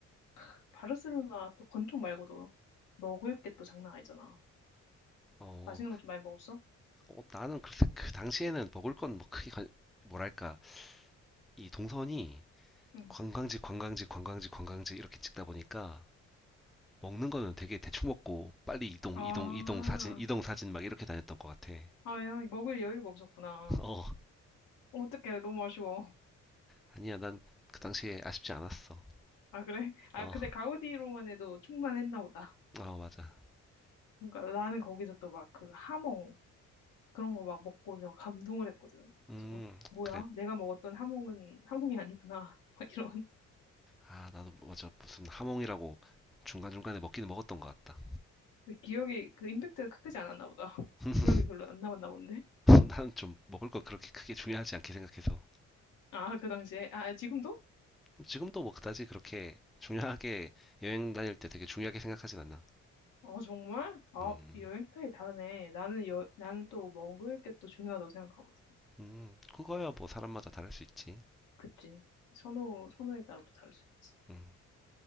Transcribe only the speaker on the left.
그 바르셀로나 또 건축 말고도 먹을 게 또 장난 아니잖아.
맛있는 거 좀 많이 먹었어?
응.
아,
아, 야, 먹을 여유가 없었구나.
어떡해, 너무 아쉬워.
아, 그래? 아,
근데 가우디로만 해도 충만했나 보다.
그러니까 나는 거기서 또 막 그 하몽, 그런 거 막 먹고 내가 감동을 했거든.
그래서 어, 뭐야?
내가 먹었던 하몽은 하몽이 아니구나. <laughs> 막 이런.
근데 기억이 그 임팩트가 크지 않았나 보다. <laughs>
기억이 별로 안 남았나 본데.
아, 그 당시에. 아, 지금도?
어, 정말? 아,
여행 스타일이 다르네. 나는 여, 나는 또 먹을 게 또 중요하다고 생각하거든.
그치? 선호, 선호에 따라 또 다를 수 있지.